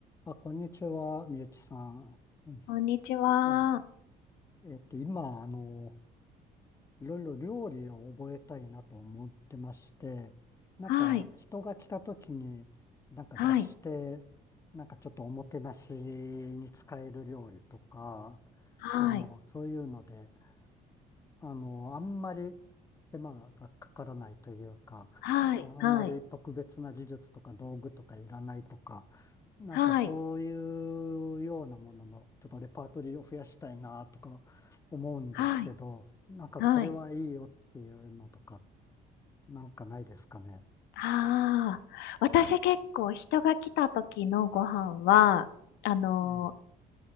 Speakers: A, on the left (about 20°); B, on the left (about 80°).
A: あ、こんにちは、みゆきさん。うん
B: こんにちは。
A: あ、えっと、今、あの、いろいろ料理を覚えたいなと思ってまして、なんか、
B: はい。
A: 人が来た時に、なんか出して、
B: はい。
A: なんかちょっとおもてなしに使える料理とか、
B: はい。
A: あの、そういうので、あの、あんまり手間がかからないというか、
B: はい。
A: ああんまり特別な技術とか道具とかいらないとか、
B: はい。
A: なんかそういうようなものの、
B: はい。
A: ちょっとレパートリーを増やしたいなとか思うんですけど、
B: はい。
A: なんかこれはいいよっていうのとか、
B: はい。
A: なんかないですかね。
B: ああ。私結構人が来た時のご飯は、あのー
A: ええ。